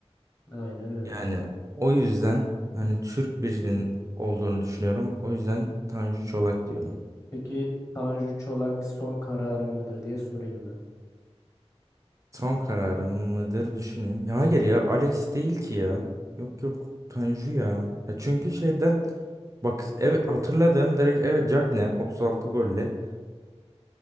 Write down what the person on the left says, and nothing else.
Aynen öyle.
Peki Tanju Çolak son kararı mıdır diye sorayım ben.